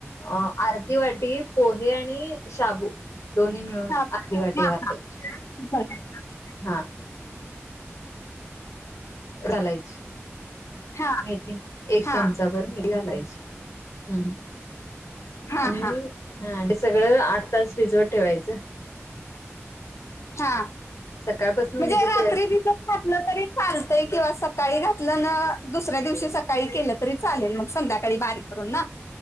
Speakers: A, on the left; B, on the left.
A: अ आरती वाटी पोहे आणि शाबू दोन्ही मिळून
B: हा
A: आी वाटी
B: हा
A: वले
B: हा <inaudible>
A: हा घालायची
B: हा
A: मेथी एक
B: हा
A: चमचा भर मी घालायची हम्
B: हा
A: आणि
B: हा
A: हा हे सगळं आठ तास भिजवत ठेवायचं
B: हा
A: सकाळपासून
B: म्हणजे
A: भिजत
B: रात्री
A: ठेवायचं
B: बर घातलं तरी चालतय किंवा सकाळी घातलं ना दुसऱ्या दिवशी सकाळी केलं तरी चालेल मग संध्याकाळी बारीक करून ना